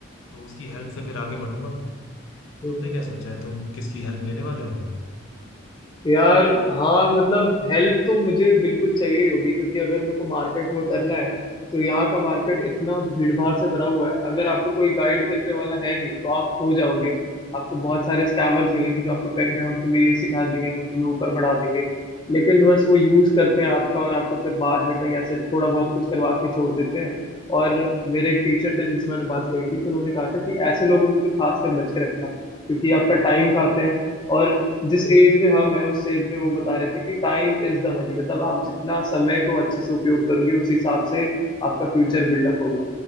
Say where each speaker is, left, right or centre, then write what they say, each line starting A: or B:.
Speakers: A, on the left; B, on the left.
A: तो उसकी हेल्प से फिर आगे बढ़ूंगा
B: हम्म
A: तुमने
B: हम्म,
A: क्या सोचा
B: हम्म।
A: है तुम किसकी हेल्प लेने वाले हो क्या
B: यार हाँ मतलब हेल्प तो मुझे बिल्कुल चाहिए ही होगी क्योंकि अगर मेरे को मार्केट में उतरना है तो यहाँ का मार्केट इतना भीड़ भाड़ से भरा हुआ है अगर आपको कोई गाइड करने वाला है नहीं तो आप खो जाओगे आपको बहुत सारे स्कैमर्स मिलेंगे जो आपको कहेंगे हम तुम्हें ये सिखा देंगे हम तुम्हें ऊपर बढ़ा देंगे लेकिन बस वो यूज करते हैं आपका और आपको फिर बाद में कहीं ऐसे थोड़ा बहुत कुछ करवा के छोड़ देते हैं और मेरे एक टीचर थे जिनसे मैंने बात करी थी तो उन्होंने कहा था कि ऐसे लोगों से तो खासकर बच के रखना क्योंकि आपका टाइम खाते हैं और जिस एज में हम है उस एज में वो बता रहे थे कि टाइम इज द मनी मतलब आप जितना समय को अच्छे से उपयोग करोगे उस हिसाब से आपका फ्यूचर बिल्डअप होगा